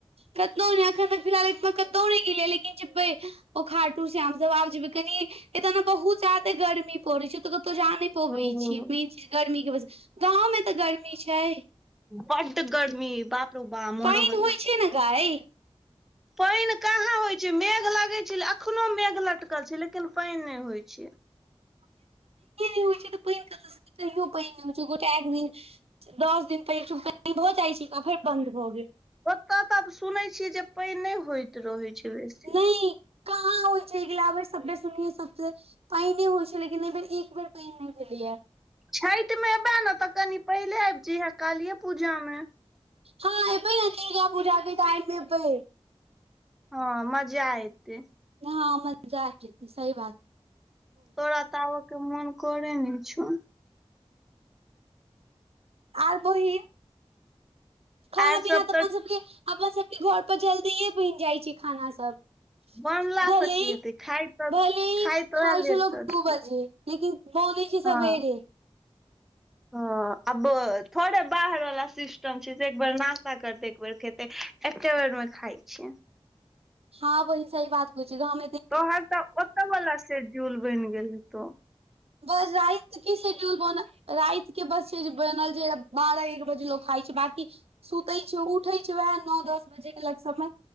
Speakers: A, on the right; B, in the centre.
A: कतनोनी अखन तक फिलहाल एक कतहु नहि गेलियै लेकिन उखाटू से हम सब आब जेबै कनि एते ने बहुत जादे गर्मी पड़े छैतऽ कतौ जे पबैत
B: ओ
A: छियै मेन चीज गर्मीके वजह गाँवमे तऽ गर्मी छै
B: बड गरमी बाप रौ बा मरऽ
A: पानन
B: बला
A: होइ छै ने गाय
B: पानि कहाँ होइ छै मेघ लगै छै अखनो मेघ लटकल छै लेकिन पानि नहि होइत छै <inaudible>
A: त प कह पानन गो एक दिन दस दिन पहिल चु भ जाइ छै क फेर बन्द भ गेल
B: ओतय तऽ आब सुनै छियै जे पान नहि होइत रहे छै बेसी
A: नहि कहाँ होइ छै एकगिलबर सबने सुनिये सबसँ पहि नहि होइ छै लेकिन बेर एक बेर पै नहि मीऐ
B: छठि मे एबै ने तऽ कनि पहिले आबि जहे कालीे पूजा मे
A: हँ एै नतगा पूजा के टाइम मे भै
B: हँ मजा ऐतै
A: हँ मजा तो ऐतय
B: तोरा तऽ आबय के मोन करे ने छौ
A: आर बहीन खाना
B: आर
A: पीना
B: सब
A: तऽ अपन सभके अपन सभके घर पर जल्दीए बनि जाइत छै खाना सभ
B: बनला
A: भल
B: से की हेतै खाय तऽ
A: भल
B: खाय तऽ
A: खा
B: उएह लेट
A: छै लोक
B: सँ
A: दू
B: दियौ
A: बजे लेकिन बोलजी
B: हँ
A: सबबेेरे
B: हँ आब थोड़े बाहर वाला सिस्टम छै जे एक बेर नास्ता करते एक बेर खेते एके बेर में खा अच्छा
A: हँ बहि सही बात कह छी त
B: तोहर तऽ ओत वाला सेडूल बनि गेल हे तो
A: बस जाइ की सेड्यूल बनल रातति के बस छै जे बनल जे बारह एक बजे लोग खाइ छै बकी सुते छै उठे छै वएह नओ दस बजे के लग समय